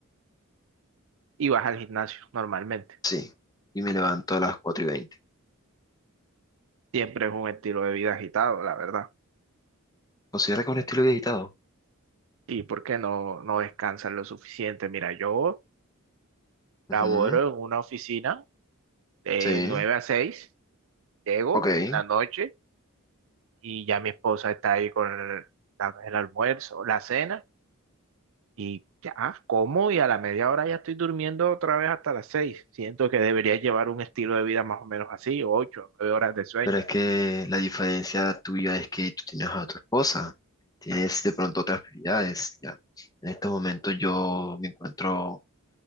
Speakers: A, on the right; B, on the left.
A: Y vas al gimnasio, normalmente.
B: Sí, y me levanto a las 4 y veinte
A: Siempre es un estilo de vida agitado, la verdad.
B: ¿Considera que es un estilo de agitado?
A: ¿Y por qué no, no descansan lo suficiente? Mira, yo laboro
B: Ujú.
A: en una oficina de
B: Sí,
A: 9 a 6. llego
B: ok.
A: en la noche y ya mi esposa está ahí con el, la- el almuerzo, la cena y ya como y a la media hora ya estoy durmiendo otra vez hasta las 6. Siento que debería llevar un estilo de vida más o menos así, 8 9 horas de sueño.
B: Pero es que la diferencia tuya es que tú tienes a tu esposa, tienes de pronto otras prioridades, ya. En este momento yo me encuentro